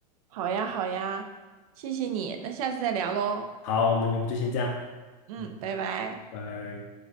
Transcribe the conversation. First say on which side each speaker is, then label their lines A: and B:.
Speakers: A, on the right; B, on the left.
A: 好呀，好呀，谢谢你，那下次再聊喽。
B: 好，我们我们就先这样，
A: 嗯，
B: 嗯，
A: 拜拜。
B: 拜。